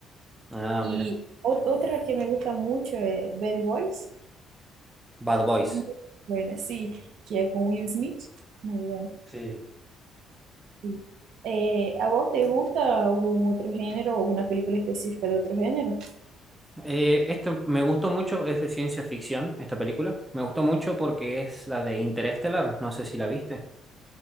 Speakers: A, in the centre; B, on the right.
A: Ah,
B: Y
A: mira.
B: ot- otra que me gusta mucho es Bad Boys,
A: Bad Boys.
B: muy buena, sí, que es con Will Smith, muy buena.
A: Sí.
B: sí. Eh, ¿a vos te gusta algún otro género o alguna película específica de otro género?
A: Eh, este me gustó mucho, es de ciencia ficción, esta película. Me gustó mucho porque es la de Interestelar, no sé si la viste.